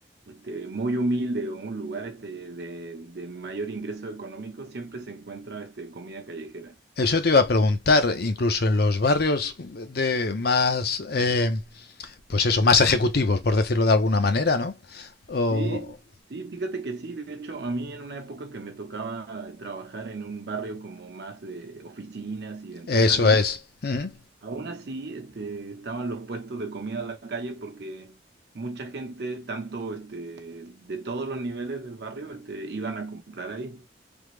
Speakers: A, on the right (about 60°); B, on the left (about 55°).
A: este, muy humilde o un lugar este, de, de mayor ingreso económico, siempre se encuentra este, comida callejera.
B: Eso te iba a preguntar, incluso en los barrios de más, eh, pues eso, más ejecutivos, por decirlo de alguna manera, ¿no? O,
A: Sí, sí, fíjate que sí, de hecho, a mí en una época que me tocaba trabajar en un barrio como más de oficinas y de empresas
B: Eso
A: grandes,
B: es. Ujú.
A: aún así este, estaban los puestos de comida en la calle porque mucha gente, tanto este, de todos los niveles del barrio, este, iban a comprar ahí.